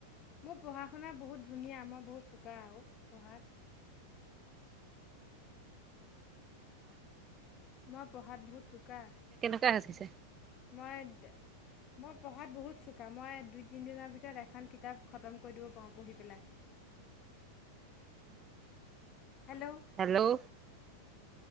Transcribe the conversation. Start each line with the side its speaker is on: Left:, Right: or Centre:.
Left: মোৰ পঢ়া শুনা বহুত ধুনীয়া। মই বহুত চোকা আৰু পঢ়াত। মই পঢ়াত বহুত চোকা।
Right: কিয় হাচিছে।
Left: মই মই পঢ়াত বহুত চোকা মই দুই তিনিদিনৰ ভিতৰত এখন কিতাপ খতম কৰি দিব পাৰোঁ পঢ়ি পেলাই। <inaudible> হেল্ল'
Right: হেল্ল'